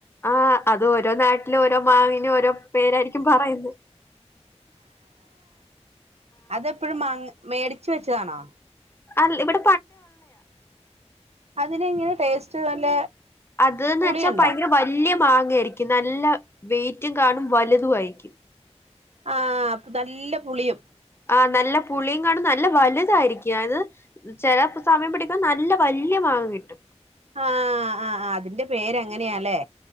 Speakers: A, on the left; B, on the right.
A: ആ അത് ഓരോ നാട്ടിലും ഓരോ മാവിനും ഓരോ പേരായിരിക്കും പറയുന്ന്.
B: അതെപ്പെഴും മാ മേടിച്ചു വെച്ചതാണാ.?
A: അൽ ഇവിട.
B: അതിന് എങ്ങനെ ടേസ്റ്റ് നല്ല
A: അത് ന്ന്
B: പുളിയുണ്ടോ
A: വെച്ചാൽ ഭയങ്കര വല്ല്യ മാ ഈടിക്ക് നല്ല വെയിറ്റും കാണും. വലുതും ആയിരിക്കും.
B: ആ പ്പൊ നല്ല പുളിയും.
A: ആ നല്ല പുളിയും കാണും നല്ല വലുതായിരിക്കും. ആയത് ചെല സമയം പിടിക്ക്മ്പം നല്ല വല് വല്ല്യ മാങ്ങ കിട്ടും.
B: ആഹ ആ് അതിന്റെ പേരങ്ങനെയല്ലേ?